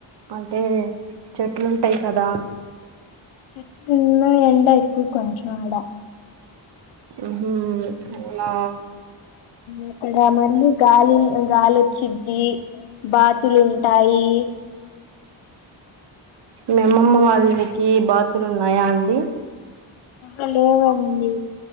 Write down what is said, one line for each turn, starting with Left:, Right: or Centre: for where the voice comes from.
Right: అంటే చెట్లు ఉంటాయి కదా
Left: ఎక్కువ ఉన్నావ్ ఎండలు కొంచెం ఆడా
Right: ఉ హు ఆ
Left: అక్కడ మళ్ళీ గాలి గాలి వచ్చిద్ది బాతులుంటాయి
Right: మీ అమ్మమ్మ వాళ్ళకి బాతులు ఉన్నాయా అండి
Left: ఆ లేవండి